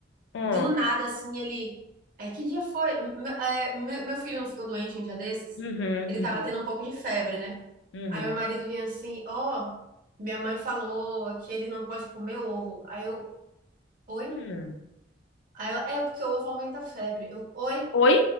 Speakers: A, on the left; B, on the right.
A: Hum,
B: Do nada, assim, ele. É, que dia foi? M- m- é, me- meu filho não ficou doente um dia desses?
A: uhum,
B: Ele tava
A: uhum,
B: tendo um pouco de febre, né?
A: uhum.
B: Aí meu marido vinha assim, ó, minha mãe falou que ele não pode comer ovo. Aí eu, oi?
A: Hum.
B: Aí ela, é porque o ovo aumenta a febre. Eu, oi?
A: Oi?